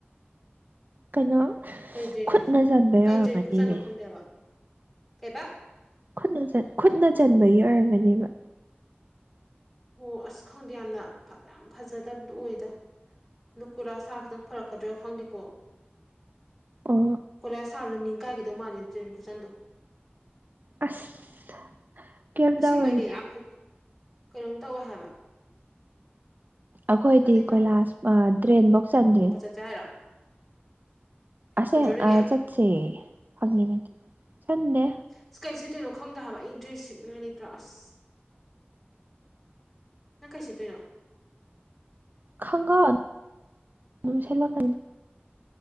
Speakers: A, on the right (about 50°); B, in the centre.
A: ꯀꯩꯅꯣ
B: ꯀꯩ ꯗ꯭ꯔꯦꯟ
A: ꯈꯨꯠꯅ ꯆꯟꯕꯩ
B: ꯀꯩ
A: ꯑꯣꯏꯔꯝꯒꯅꯤꯃꯤ
B: ꯗ꯭ꯔꯦꯟ ꯈꯨꯠꯆꯟꯅꯣ ꯈꯪꯗꯦꯕ ꯀꯩꯕꯥ
A: ꯈꯨꯠꯅ ꯈꯨꯠꯅ ꯆꯟꯕꯒꯤ ꯑꯣꯏꯔꯝꯒꯅꯦꯕ
B: ꯑꯣ ꯑꯁ ꯈꯪꯗꯦ ꯌꯥꯝꯅ ꯌꯥꯝ ꯐꯖꯗꯕꯗꯣ ꯑꯣꯏꯗ ꯗꯨ ꯀꯣꯢꯂꯥꯁ ꯊꯥꯔꯛꯄꯗ ꯈꯤꯇꯪ ꯐꯔꯛꯀꯗ꯭ꯔꯥ ꯈꯪꯗꯦꯀꯣ
A: ꯑꯣ
B: ꯀꯣꯢꯂꯥꯥꯁ ꯊꯔꯁꯨ ꯅꯤꯡ ꯀꯥꯏꯒꯗꯧ ꯃꯥꯜꯂꯦ ꯗ꯭ꯔꯦꯟ ꯈꯨꯠꯆꯟꯗꯣ
A: ꯑꯁ ꯀꯩꯝ
B: ꯑꯁꯦꯡꯕꯩꯅꯦ
A: ꯇꯧꯔꯣꯏꯗ
B: ꯌꯥꯝ ꯐ ꯀꯩꯅꯣꯝ ꯇꯧꯋꯦ ꯍꯥꯏꯕ
A: ꯑꯩꯈꯣꯏꯗꯤ
B: ꯑꯗꯣ
A: ꯀꯣꯏꯂꯥꯁ ꯑꯥ ꯗ꯭ꯔꯦꯟꯕꯧ ꯆꯟꯗꯔꯤ
B: ꯆꯛ ꯆꯥꯏꯔꯣ
A: ꯑꯁꯦ
B: ꯅꯣꯏꯒꯤ
A: ꯑꯥ ꯆꯠꯁꯦ ꯍꯧꯖꯤꯛꯅꯠꯇꯦ ꯆꯟꯗꯦ
B: ꯑꯁ ꯀꯩ ꯁꯦꯠꯇꯣꯏꯅꯣ ꯈꯪꯗ ꯍꯥꯏꯕ ꯑꯩ ꯗ꯭ꯔꯦꯁ ꯁꯦꯠꯅꯤꯉꯥꯏ ꯂꯩꯇ꯭ꯔꯦ ꯑꯁ ꯅꯪ ꯀꯩ ꯁꯠꯇꯣꯏꯅꯣ
A: ꯈꯪꯒꯥꯎ ꯑꯗꯨ ꯁꯦꯠꯂꯛꯀꯅꯤꯗ